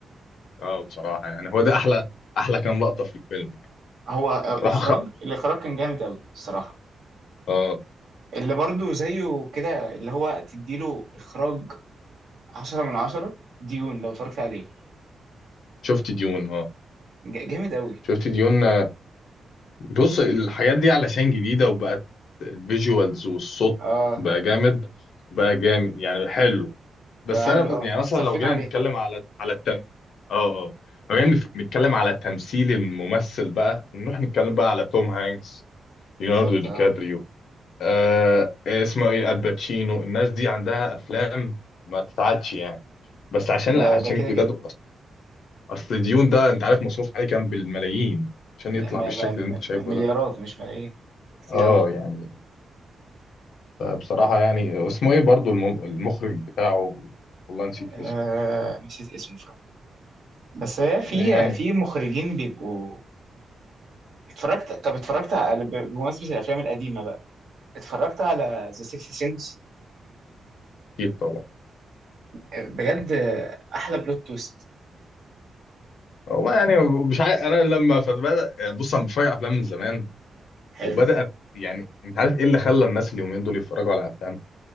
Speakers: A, on the left (about 90°); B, on the right (about 70°).
A: اه بصراحة يعني هو ده احلى احلى كام لقطة في الفيلم يعني
B: هو آه، الاخراج
A: راحوا
B: الاخراج كان جامد قوي الصراحه
A: اه
B: اللي برضو زيه كده اللي هو تديله اخراج عشرة من عشرة ديون لو اتفرجت عليه
A: شفت ديون اه
B: ج- جامد قوي
A: شفت ديون آه، بص الحاجات دي علشان جديدة وبقت الفيجوالز والصوت
B: اه
A: بقى جامد بقى جامد يعني حلو
B: بقى
A: بس انا
B: حلو اه
A: يعني مثلا
B: صارفين
A: لو جينا
B: عليه
A: نتكلم على على التم اه اه لو جينا نف- نتكلم على تمثيل الممثل بقى نروح نتكلم بقى على توم هانكس ليوناردو
B: بالظبط
A: دي
B: اه
A: كابريو آه آه، اسمه ايه الباتشينو الناس دي عندها افلام ما تتعادش يعني بس عشان
B: ده
A: عشان
B: ده كده
A: جداد
B: كده
A: اصل ديون ده انت عارف مصروف عليه كام بالملايين عشان يطلع
B: ده ما
A: بالشكل
B: ما ما-
A: اللي انت شايفه
B: مليارات
A: ده
B: مش ملايين كتير
A: اه
B: قوي
A: يعني بصراحة يعني اسمه ايه برضو الم- المخرج بتاعه والله نسيت
B: آه
A: اسمه
B: نسيت اسمه فعلا بس هي في
A: يعني
B: في مخرجين بيبقوا اتفرجت طب اتفرجت على ب- بمناسبة الافلام القديمة بقى اتفرجت على ذا سيكس سنس
A: اكيد طبعا
B: بجد آه، احلى بلوت تويست
A: هو يعني مش عارف انا لما فبدأ بص انا بتفرج على افلام من زمان
B: حلو
A: وبدأت يعني انت عارف ايه اللي خلى الناس اليومين دول يتفرجوا على افلام